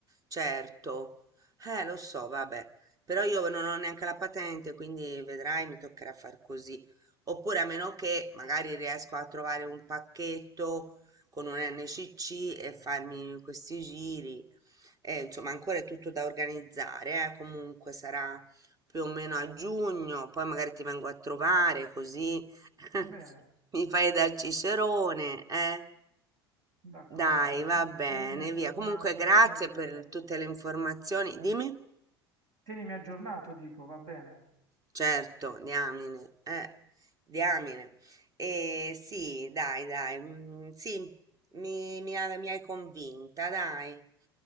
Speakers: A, on the right; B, on the right.
A: Certo, eh, lo so, vabbè, però io non ho neanche la patente, quindi vedrai, mi toccherà far così. Oppure a meno che magari riesco a trovare un pacchetto con un NCC e farmi questi giri. Eh, insomma, ancora è tutto da organizzare, eh, Comunque sarà più o meno a giugno, poi magari ti vengo a trovare così. <laughs>
B: va bene.
A: Mi fai da Cicerone, eh?
B: D'accordo,
A: Dai, va bene,
B: tienimi aggiornato,
A: via. Comunque, grazie
B: tienimi aggiornato.
A: per tutte le informazioni. Dimmi?
B: Tienimi aggiornato, dico, va bene.
A: Certo, diamine, eh, diamine. Eh, sì, dai, dai, mm, sì, mi, mi ha- mi hai convinta, dai.